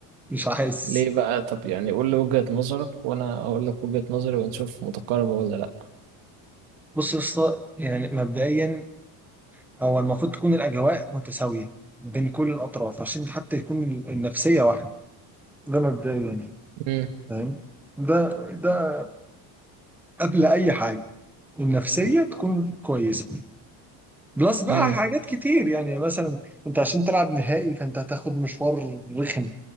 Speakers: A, in the centre; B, on the right.
A: مش حاسس
B: ليه بقى طب يعني قول لي وجهة نظرك وانا اقول لك وجهة نظري ونشوف متقاربة ولا لا
A: بص يا اسطى يعني مبدئيا هو المفروض تكون الاجواء متساوية بين كل الاطراف عشان حتى يكون النفسية واحدة ده مبدئيا يعني،
B: امم
A: فاهم؟ ده ده قبل اي حاجة النفسية تكون كويسة بلس بقى
B: امم
A: حاجات كتير يعني مثلا انت عشان تلعب نهائي فانت هتاخد مشوار رخم